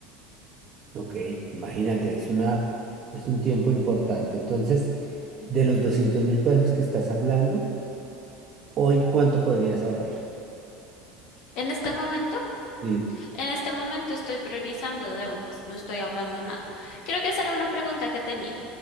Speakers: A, on the right; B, on the left.
A: Ok, imagínate, es una, es un tiempo importante. Entonces, de los doscientos mil pesos que estás hablando, hoy, ¿cuánto podrías ahorrar?
B: En este momento,
A: Sí,
B: en este momento estoy priorizando deudas, no estoy ahorrando nada. Creo que esa era una pregunta que tenía.